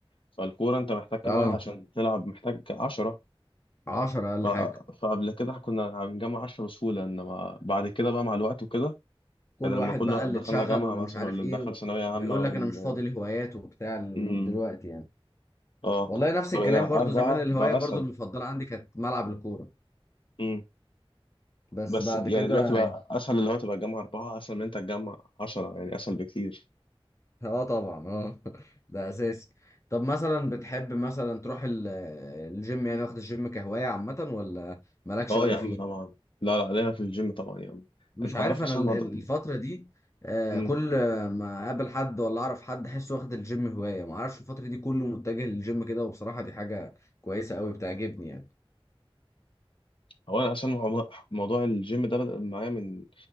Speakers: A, on the left; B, on the left.
A: فالكورة انت محتاج كام
B: اه
A: واحد عشان تلعب محتاج عشرة
B: 10 اقل
A: ف...
B: حاجه
A: فقبل كده كنا بنجمع عشرة بسهولة انما بعد كده بقى مع الوقت وكده
B: كل
A: يعني لما
B: واحد
A: كل
B: بقى اللي
A: دخلنا
B: اتشغل
A: جامعة
B: واللي
A: مثلا
B: مش عارف
A: واللي
B: ايه
A: دخل ثانوية عامة
B: ويقول
A: وال
B: لك انا مش فاضي لهوايات وبتاع ال-
A: امم
B: دلوقتي يعني
A: اه
B: والله نفس
A: فبقينا
B: الكلام برضو
A: أربعة
B: زمان الهواية
A: بقى
B: برضو
A: أسهل
B: المفضلة عندي كانت ملعب الكورة
A: امم
B: بس
A: بس
B: بعد
A: يعني
B: كده
A: دلوقتي بقى أسهل اللي هو تبقى تجمع أربعة أسهل من انت تجمع عشرة يعني أسهل بكتير
B: <laughs> اه طبعا اه <laughs> ده اساسي طب مثلا بتحب مثلا تروح ال- الجيم يعني واخد الجيم كهواية عامة ولا مالكش
A: اه
B: قوي
A: يا عم
B: فيه
A: طبعا لا لا ليا في الجيم طبعا يا عم
B: مش
A: انت
B: عارف
A: عارف اصلا
B: انا ال-
A: موضوع
B: ال- الفترة دي آه،
A: امم
B: كل ما اقابل حد ولا اعرف حد احسه واخد الجيم هواية ما اعرفش الفترة دي كله متجه للجيم كده وبصراحة دي حاجة كويسة قوي بتعجبني يعني
A: هو انا اصلا موضوع موضوع الجيم ده بدأ معايا من